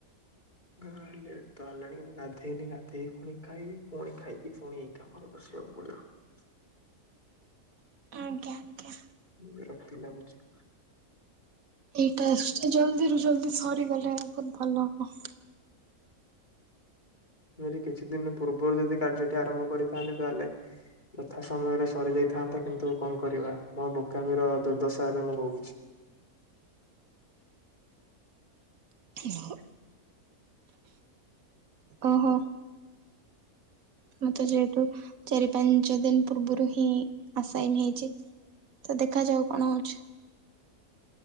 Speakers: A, on the left (about 30°); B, on the right (about 70°).
A: <unintelligible> ଲେଟ୍ ତ ହେଲାଣି କିନ୍ତୁ ଗାଧେଇନି ଗାଧେଇକି ଫୁଣି ଖାଇବି ପୁଣି ଖାଇକି ଫୁଣି ଏଇ କାମରେ ବସିବାକୁ ପଡ଼ିବ।
B: ଆଞା ଆଞା।
A: ବିରକ୍ତି ଲାଗୁଚି।
B: ଏଇ ଟାସ୍କଟି ଜଲ୍ଦୀରୁ ଜଲ୍ଦୀ ସରିଗଲେ ବୋହୁତ ଭଲ ହବ।
A: ଯଦି କିଛି ଦିନ ପୂର୍ବରୁ ଯଦି କାର୍ଯ୍ୟଟି ଆରମ୍ଭ କରିଥାନ୍ତି ତାହେଲେ ଯଥା ସମୟରେ ସରିଯାଇଥାନ୍ତା କିନ୍ତୁ କଁ କରିବା ମୋ ବୋକାମିର ଦୁର୍ଦ୍ଦଶା ଏବେ ମୁଁ ଭୋଗୁଛି।
B: <unintelligible> ଓହୋ। ମତେ ଯେହେତୁ ଚାରି ପାଞ୍ଚ ଦିନ ପୂର୍ବୁରୁ ହିଁ ଆସାଇଁନ ହେଇଛି। ତ ଦେଖାଯାଉ କଣ ହୋଉଛି।